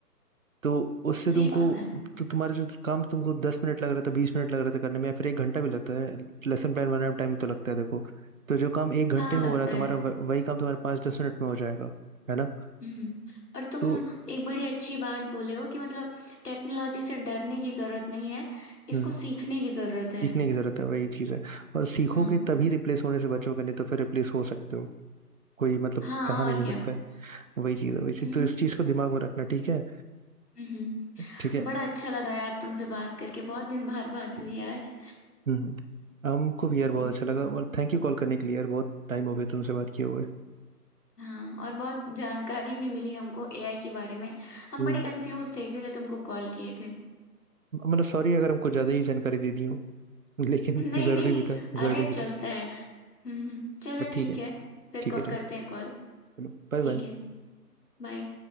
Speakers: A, on the right; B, on the left.
A: तो उससे
B: सही
A: तुमको
B: बात है
A: तो तुम्हारा जो काम तुमको दस मिनट लग रहा था बीस मिनट लग रहा था करने में या फिर एक घंटा भी लगता है लेसन प्लान बनाने में टाइम तो लगता है देखो तो जो काम एक घंटे
B: हाँ
A: में
B: लगता
A: हो रहा है तुम्हारा
B: है
A: वह- वही काम तुम्हारा पाँच दस मिनट में हो जाएगा है ना
B: हम्म और तुम
A: तो
B: एक बड़ी अच्छी बात बोले हो कि मतलब टेक्नोलॉजी से डरने की जरूरत नहीं है
A: हम्म
B: इसको सीखने की जरूरत है
A: सीखने की जरूरत है वही चीज़ है और सीखोगे
B: हाँ
A: तभी रिप्लेस होने से बचोगे नहीं तो फिर रिप्लेस हो सकते हो कोई मतलब
B: हाँ
A: कहा नहीं
B: और
A: जा
B: क्या
A: सकता है वही चीज़ है वही चीज़
B: हम्म
A: तो इस चीज़ को दिमाग में रखना ठीक है
B: हम्म हम्म।
A: ठीक है
B: बड़ा अच्छा लगा यार तुमसे बात करके बहुत दिन बाद बात हुई आज
A: हम्म हमको भी यार बहुत
B: हम्म,
A: अच्छा लगा और थैंक यू कॉल करने के लिए यार बहुत टाइम हो गया तुमसे बात किए हुए
B: हाँ और बहुत जानकारी भी मिली हमको एआई के बारे में हम
A: हम्म
B: बड़े कंफ्यूज थे इसीलिए तुमको कॉल किए थे
A: मतलब सॉरी अगर हमको ज़्यादा ही जानकारी दे दी हूँ लेकिन
B: नहीं
A: <laughs> ज़रूरी
B: नहीं
A: भी था
B: अरे
A: ज़रूरी भी
B: चलता
A: था
B: है हम्म हम्म, चलो
A: बट
B: ठीक
A: ठीक है
B: है फिर
A: ठीक
B: कॉ-
A: है ठीक है
B: करते हैं कॉल
A: चलो बाय
B: ठीक
A: बाय
B: है बाय